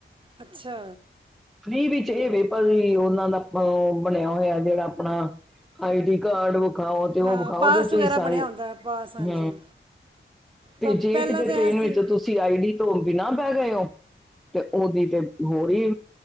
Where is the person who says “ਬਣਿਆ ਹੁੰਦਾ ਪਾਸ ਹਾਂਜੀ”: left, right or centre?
Right